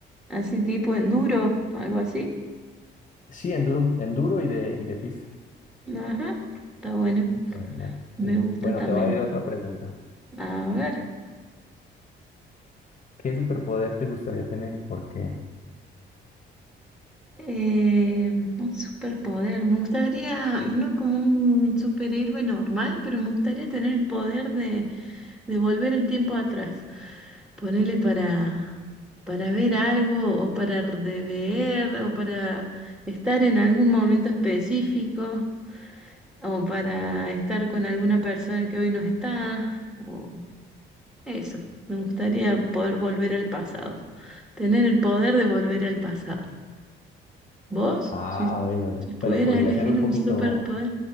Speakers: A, in the centre; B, on the left.
A: así tipo enduro, algo así.
B: Sí, enduro, enduro y de, y de pista.
A: Ajá, está bueno.
B: Genial, sí.
A: Me gusta
B: Bueno,
A: también.
B: te va a ir otra pregunta.
A: A ver,
B: ¿Qué superpoder te gustaría tener? Porque,
A: eh, un superpoder. Me gustaría, no como un superhéroe normal, pero me gustaría tener el poder de, de volver el tiempo atrás. Ponerle para, para ver algo o para rever o para estar en algún momento específico o para estar con alguna persona que hoy no está o eso. Me gustaría poder volver al pasado. Tener el poder de volver al pasado. ¿Vos?
B: ah,
A: Si,
B: bueno,
A: si pudieras
B: pero podría
A: elegir
B: ser un
A: un
B: poquito,
A: superpoder.